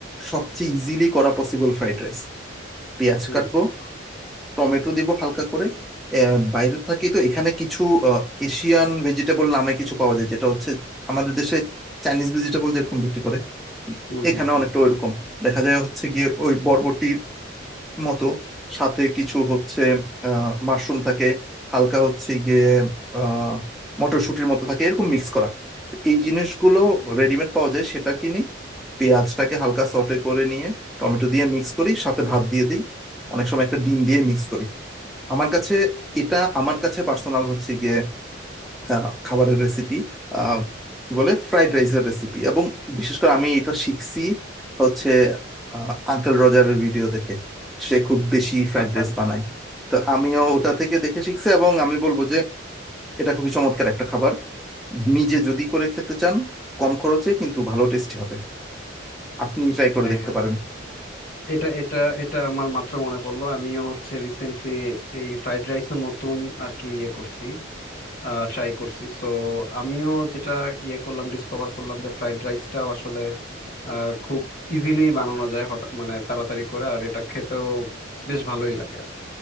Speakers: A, in the centre; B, on the left.
A: সবচেয়ে ইজিলি করা পসিবল ফ্রাইড রাইস পেঁয়াজ
B: হুম
A: কাটবো টমেটো দেবো হালকা করে আহ, বাইরে থাকি তো এখানে কিছু এশিয়ান ভেজিটেবল নামে কিছু পাওয়া যায় যেটা হচ্ছে আমাদের দেশে চাইনিজ ভেজিটেবল যেরকম বিক্রি করে
B: হুম
A: এখানে
B: হুম হুম
A: অনেকটা ওইরকম দেখা যায় হচ্ছে গিয়ে ওই বরবটির মতো সাথে কিছু হচ্ছে আহ মাশরুম থাকে হালকা হচ্ছে গিয়ে আহ মটরশুঁটির মতো থাকে এরকম মিক্স করা তো এই জিনিসগুলো রেডিমেড পাওয়া যায় সেটা কিনি পেঁয়াজটাকে হালকা সটে করে নিয়ে টমেটো দিয়ে মিক্স করি সাথে ভাত দিয়ে দিই অনেক সময় একটা ডিম দিয়ে মিক্স করি আমার কাছে এটা আমার কাছে পার্সোনাল হচ্ছে গিয়ে আহ, খাবারের রেসিপি আহ কি বলে ফ্রাইড রাইসের রেসিপি এবং বিশেষ করে আমি এটা শিখছি হচ্ছে আঙ্কেল রোজারের ভিডিও দেখে সে খুব বেশি ফ্রাইড
B: আচ্ছা
A: রাইস
B: আচ্ছা
A: বানায় তো আমিও ওটা থেকে দেখে শিখছি এবং আমি বলবো যে এটা খুবই চমৎকার একটা খাবার নিজে যদি করে খেতে চান কম খরচে কিন্তু ভালো টেস্টি হবে আপনি ট্রাই করে
B: হ্যাঁ
A: দেখতে
B: হ্যাঁ
A: পারেন
B: এটা এটা এটা আমার মাত্র মনে পড়লো আমিও হচ্ছে রিসেন্টলি এই ফ্রাইড রাইস নতুন আর কি ইয়ে করছি ট্রাই করছি সো আমিও যেটা ইয়ে করলাম ডিসকভার করলাম যে ফ্রাইড রাইসটাও আসলে আহ, খুব ইজিলি বানানো যায় হঠাৎ, মানে তাড়াতাড়ি করে, আর এটা খেতেও বেশ ভালোই লাগে আর কি।